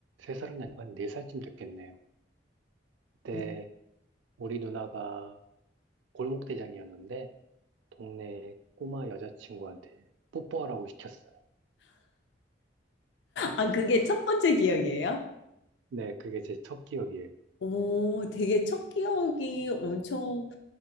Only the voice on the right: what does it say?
아니고 한 네살쯤 됐겠네요. 그때
우리 누나가 골목대장이었는데 동네 꼬마 여자친구한테 뽀뽀하라고 시켰어요.
네, 그게 제 첫 기억이에요.